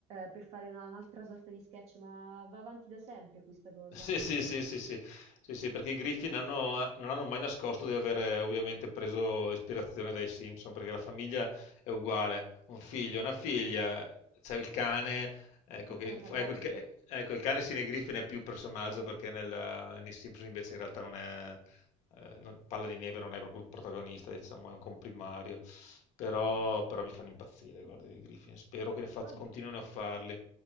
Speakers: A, on the right; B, on the left.
A: per fare una- un'altra sorta di sketch, ma va avanti da sempre questa cosa,
B: Sì, sì, sì, sì, sì, sì, sì, perché i Griffin hanno- non hanno mai nascosto di aver ovviamente preso ispirazione dai Simpson, perché la famiglia è uguale, un figlio, una figlia, c'è il cane, ecco,
A: il
B: che,
A: cane parlante.
B: ecco, il, ca- ecco, il cane sì nei Griffin è più personaggio perché nel, nei Simpson invece in realtà non è, eh, non- Palla di Neve non è proprio un protagonista, diciamo, è un comprimario, però, però mi fanno impazzire, guarda, i Griffin, spero che ne fac-
A: Poi
B: continuino a farli.